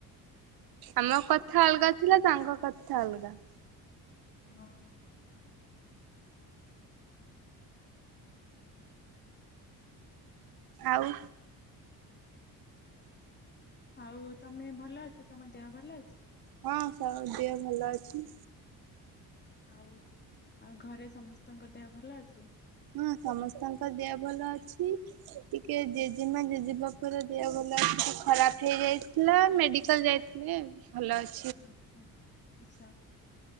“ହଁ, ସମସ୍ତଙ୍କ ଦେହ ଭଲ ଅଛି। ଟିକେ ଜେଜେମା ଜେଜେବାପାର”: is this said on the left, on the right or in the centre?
Right